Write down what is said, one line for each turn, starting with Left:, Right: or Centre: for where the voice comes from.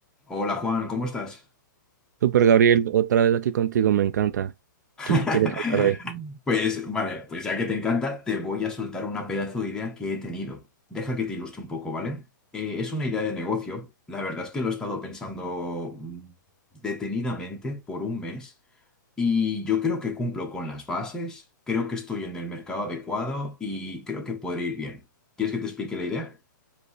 Centre: Hola Juan, ¿cómo estás?
Right: Super Gabriel, otra vez aquí contigo, me encanta.
Centre: <laughs>
Right: ¿Qué quieres hablar hoy?
Centre: Pues vale, pues ya que te encanta, te voy a soltar una pedazo de idea que he tenido. Deja que te ilustre un poco, ¿vale? Eh, es una idea de negocio. La verdad es que lo he estado pensando mm, detenidamente por un mes y yo creo que cumplo con las bases, creo que estoy en el mercado adecuado y creo que podría ir bien. ¿Quieres que te explique la idea?